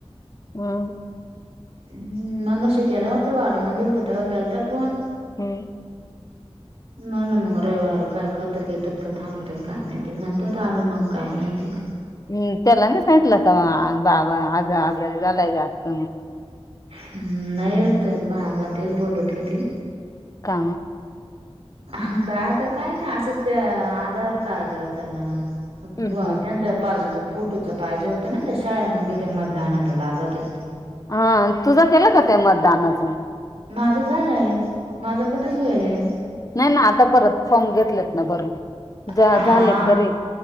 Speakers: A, on the left; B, on the right.
A: हम
B: हम्म मग अे केलं होत वाडी मध्ये होत तेव्हा केलता फोन
A: <inaudible> <inaudible>
B: म मग रविवारी काय करतात येतात का थांबवतात काय नाही ते म्हणतो तर आल मग काय नाही ते
A: हम् त्याला ना सांटलं का बाबा आज आजरी झालाय जास्त
B: ह् नाही होत बा वंतच बोलत होते
A: का
B: ह का आता काय नाही असंच त्या आधार कार्डच ना
A: हम्म
B: त्यांच
A: हम्म
B: पासबूक फोटोच पाहिजे होतं ना त्या शाळेमध्ये ते मतदानाला लागतच
A: हा तुझा केला का ते मतदानाचं
B: माझं झालंय माझं कधीच वेयलय
A: नाही ना आता परत फॉर्म घेतलेत ना भरून ज
B: हा
A: झाले तरी